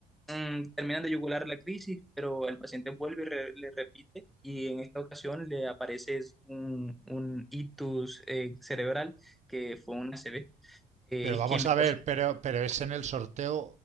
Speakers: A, in the centre; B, on the right.
A: Mm, terminan de yugular la crisis, pero el paciente vuelve y re- le repite y en esta ocasión le aparece es un, un ictus eh, cerebral que fue una ACV eh,
B: Pero
A: isquémico.
B: vamos a ver, pero, pero es en el sorteo